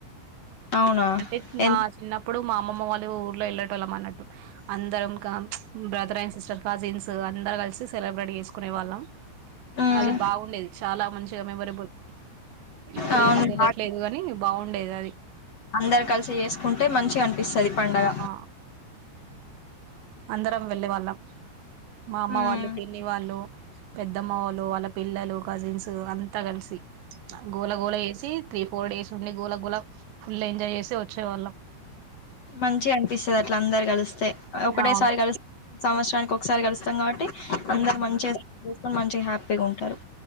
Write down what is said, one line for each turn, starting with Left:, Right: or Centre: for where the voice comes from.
Right: <inaudible>
Left: అవునా
Right: అంటే
Left: ఎన్
Right: నా చిన్నప్పుడు మా అమ్మమ్మ వాళ్ళు ఊర్లో వెళ్ళేటోల్లం అన్నట్టు అందరం బ్రదర్ అండ్ సిస్టర్ కజిన్స్ అందరు కలిసి సెలబ్రేట్ చేసుకునే వాళ్ళం
Left: మ్మ్
Right: అది బాగుండేది చాలా మంచి మెమొరబుల్ ఇప్పుడు
Left: అవునుగా
Right: ఈ మధ్య వెళ్ళట్లేదు కాని బాగుండేది అది
Left: అందరు కలిసి చేసుకుంటే మంచిగా అనిపిస్తది పండగ
Right: ఆ అందరం వెళ్లే వాళ్ళం మా అమ్మ
Left: మ్మ్
Right: వాళ్ళు, పిన్ని వాళ్ళు పెద్దమ్మ వాళ్ళు, వాళ్ళ పిల్లలు, కజిన్స్ అంతా కలిసి‌. గోల గోల చేసీ త్రీ ఫోర్ డేస్ ఉండి గోల గోల ఫుల్ ఎంజాయ్ చేసి వచ్చేవాళ్ళం.
Left: మంచిగ అనిపిస్తది అట్ల అందరు కలిస్తే. ఒకటేసారి
Right: అవును
Left: కల్సి సంవత్సరానికి ఒక్సారి కల్స్ స్తం కాబట్టి అందరు
Right: ఉమ్.
Left: మంచిగ <inaudible> మంచిగ హ్యాపీగా ఉంటారు